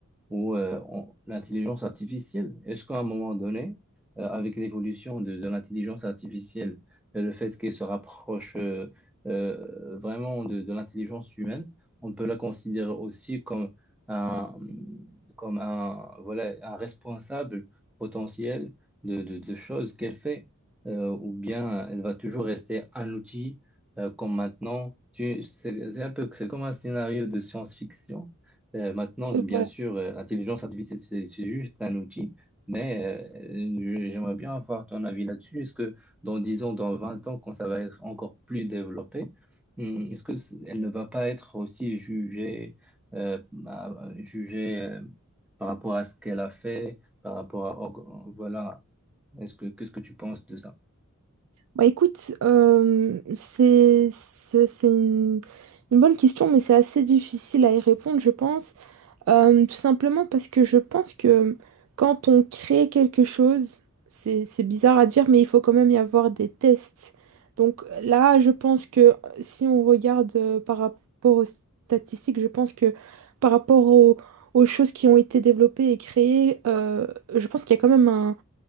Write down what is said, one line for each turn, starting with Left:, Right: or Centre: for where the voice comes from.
Centre: ou euh, on- l'intelligence artificielle? Est-ce qu'à un moment donné, euh, avec l'évolution de, de l'intelligence artificielle et le fait qu'elle se rapproche euh, euh, vraiment de, de l'intelligence humaine, on peut la considérer aussi comme un, comme un, voilà, un responsable potentiel de, de- de choses qu'elle fait, euh, ou bien elle va toujours rester un outil euh, comme maintenant. Tu- C'est c'est un peu, c'est comme un scénario de science-fiction. Euh, maintenant,
Right: C'est
Centre: bien
Right: vrai.
Centre: sûr, euh, l'intelligence artificielle, c'est c'est juste un outil, mais euh, je- j'aimerais bien avoir ton avis là-dessus. Est-ce que dans 10 ans, dans 20 ans, quand ça va être encore plus développé, hum, est-ce que c- elle ne va pas être aussi jugée, euh, bah, jugée euh, par rapport à ce qu'elle a fait? par rapport à org- voilà est-ce que qu'est-ce que tu penses de ça?
Right: Bah écoute, euh, c'est c'est- c'est une, une bonne question, mais c'est assez difficile à y répondre, je pense. Euh, tout simplement parce que je pense que quand on crée quelque chose, c'est c'est bizarre à dire, mais il faut quand même y avoir des tests. Donc là, je pense que si on regarde euh, par rapport aux statistiques, je pense que par rapport aux, aux choses qui ont été développées et créées, euh, je pense qu'il y a quand même